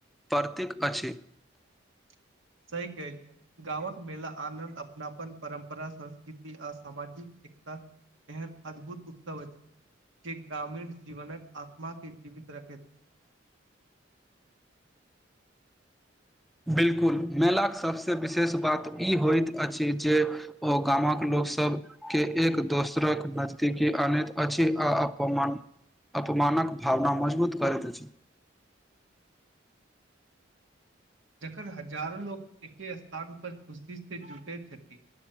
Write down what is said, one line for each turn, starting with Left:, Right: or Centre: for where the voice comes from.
Centre: प्रतीक अछि
Right: <inaudible> सही कहलियै गाँवक मेला आनन्द अपनापन परम्परा संस्कृति आ सामाजिक एकता एहन अद्भुत उत्सव अछि जे ग्रामीण जीवनक आत्मा के जीवित रखैत अछि <inaudible>
Centre: बिल्कुल मेलाक सभसँ विशेष बात ई होइत अछि जे ओ गामक लोक लोक सबके एक दोसरक नजदीकी आनैत अछि आ अपमान अपमानक भावना मजबूत करैत अछि
Right: <inaudible> जखन हजारो लोक एके स्थान पर खुशी से जुटै छथिन